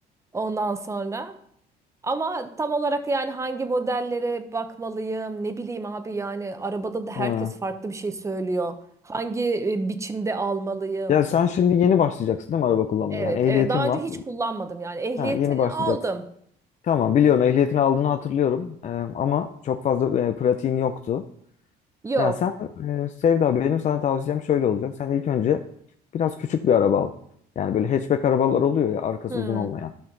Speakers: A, on the right (about 15°); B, on the left (about 45°).
A: ondan sonra. Ama tam olarak yani hangi modellere bakmalıyım ne bileyim abi yani arabada da herkes
B: Ha.
A: farklı bir şey söylüyor. Hangi e, biçimde almalıyım?
B: Ya sen şimdi yeni başlayacaksın değil mi araba kullanmaya?
A: Evet
B: Yani ehliyetin
A: evet daha önce
B: var.
A: hiç kullanmadım yani ehliyeti
B: Ha, yeni başlayacaksın.
A: aldım.
B: Tamam biliyorum ehliyetini aldığını hatırlıyorum. Ee, ama çok fazla e, pratiğin yoktu.
A: Yok.
B: Ya sen e, Sevda benim sana tavsiyem şöyle olacak. Sen ilk önce biraz küçük bir araba al. Yani böyle hatchback arabalar oluyor ya arkası
A: Hmm.
B: uzun olmayan.